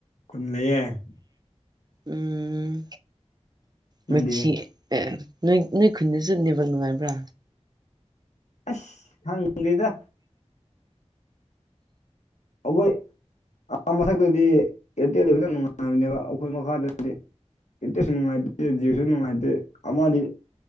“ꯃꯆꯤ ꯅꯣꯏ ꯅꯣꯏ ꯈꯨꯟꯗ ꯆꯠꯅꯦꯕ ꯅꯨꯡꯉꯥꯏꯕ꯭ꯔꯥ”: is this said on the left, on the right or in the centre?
Right